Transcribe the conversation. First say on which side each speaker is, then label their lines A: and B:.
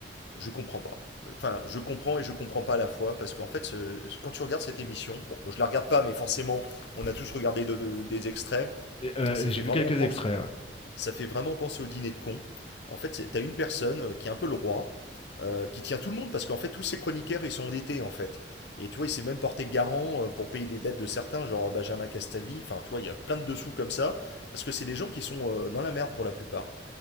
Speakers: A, on the left (about 70°); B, on the left (about 30°).
A: je comprends pas. Enfin, je comprends et je comprends pas à la fois parce qu'en fait, ce- quand tu regardes cette émission, bon, moi, je la regarde pas, mais forcément, on a tous regardé de- de- des extraits.
B: Et, euh,
A: Ça
B: j'ai
A: fait
B: vu
A: vraiment
B: quelques
A: penser,
B: extraits, ouais.
A: ça fait vraiment penser au dîner de cons. En fait, t'as une personne euh, qui est un peu le roi, euh, qui tient tout le monde parce qu'en fait, tous ces chroniqueurs, ils sont endettés en fait. Et tu vois, il s'est même porté garant euh, pour payer des dettes de certains, genre euh, Benjamin Castaldi. Enfin, tu vois, il y a plein de dessous comme ça, parce que c'est des gens qui sont euh, dans la merde pour la plupart.